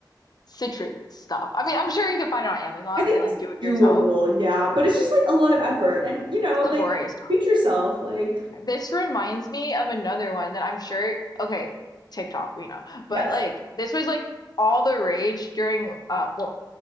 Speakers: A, on the left; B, on the right.
A: citrus stuff. I mean, I'm sure you could find it on Amazon
B: I think
A: and like
B: it's
A: do it yourself.
B: doable, yeah. But it's just like a lot of effort and you know,
A: It's laborious.
B: like treat yourself, like
A: This reminds me of another one that I'm sure, okay, TikTok, we know,
B: yes.
A: but like this was like all the rage during uh well